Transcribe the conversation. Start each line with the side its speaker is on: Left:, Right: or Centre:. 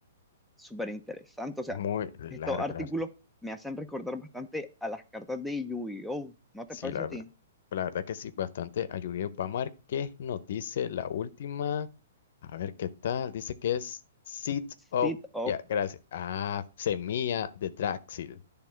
Centre: Súper interesante, o sea,
Left: muy largo,
Centre: estos artículos
Left: la verdad.
Centre: me hacen recordar bastante a las cartas de Yu-Gi-Oh! ¿No te
Left: Sí,
Centre: parece
Left: la verdad.
Centre: a ti?
Left: Pues, La verdad que sí, bastante ayudado. Vamos a ver qué nos dice la última. A ver qué tal. Dice que es Seed
Centre: Seed
Left: of.
Centre: of,
Left: Ya, gracias. Ah, semilla de Draxil.